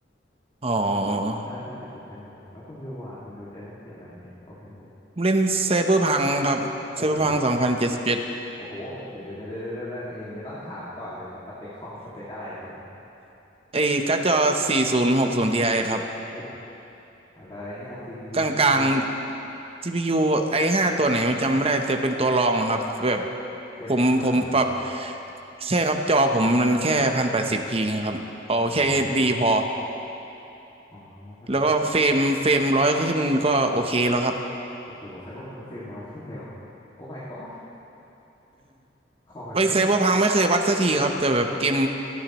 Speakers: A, on the right; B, on the left.
A: อ๋อ
B: ใช่ถ้าเป็นโอเพน o r l d แล้วคุณยูว่าคุณยูจะเล่นเกมแบบไหนโอเพน o r l d
A: ผมเล่นไซเบอร์พังครับไซเบอร์พังสองพันเจ็ดสิบเจ็ด
B: โอ้โหโอ้โหเดี๋ยวเดี๋ยวเดี๋ยวเดี๋ยวเดี๋ยวเอยงเนี้ยต้องถามก่อนเลยนะสเปคคอมสเปคอะไรครับเนี่ย
A: ไอ้การ์ดจอสี่ศูนย์หกศูนย์ทีไอครับ
B: โอ้โหอะไรเนี่ย CPU
A: กลาง
B: CPU
A: ๆ CPU ไอห้าตัวไหนจำไม่ได้แต่เป็นตัวรองครับแบบ
B: เจนสิบสามอะไรอย่างงี้
A: ผมผมปรับใช่ครับจอผมมันแค่พันแปดสิบพีครับเอาแค่
B: อ๋อ
A: HD พอ
B: อ๋อพันแปดสิบ
A: แล้วก็เฟรมเฟรมร้อยขึ้นก็โอเคแล้วครับ
B: โอ้โหไซเบอร์พังเฟรมร้อยขึ้นเลยเหรอโอ้ my god คอแท้
A: ไวไซเบอร์พังไม่เคยวัดสักทีครับแต่แบบเกม